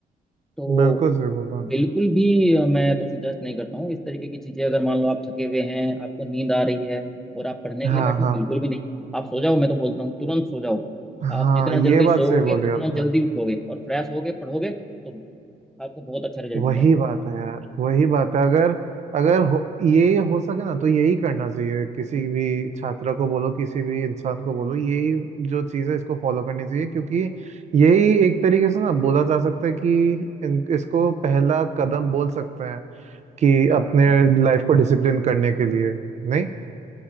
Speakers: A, in the centre; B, on the right (about 45°).
A: तो
B: बिल्कुल सही बोला
A: बिल्कुल भी अ, मैं तो सजेस्ट नहीं करता हूँ इस तरीके की चीजें अगर मान लो आप थके हुए हैं आपको नींद आ रही है और आप पढ़ने के
B: हाँ
A: लिए बैठो
B: हाँ
A: बिल्कुल भी नहीं आप सो जाओ मैं तो बोलता हूँ तुरंत सो जाओ
B: हाँ
A: आप जितना
B: ये
A: जल्दी
B: बात
A: सोओगे
B: सही बोली
A: उतना
B: आपने
A: जल्दी उठोगे और फ्रेश होगे पढ़ोगे तो आपको बहुत अच्छा रिजल्ट
B: वही
A: मिलेगा
B: बात है यार वही बात है अगर अगर हो, ये हो सके ना तो यही करना चाहिए किसी भी छात्र को बोलो किसी भी इंसान को बोलो यही जो चीज़ है इसको फॉलो करनी चाहिए क्योंकि यही एक तरीके से ना बोला जा सकता है कि इन, इसको पहला कदम बोल सकते हैं कि अपने लाइफ को डिसिप्लिन करने के लिए नहीं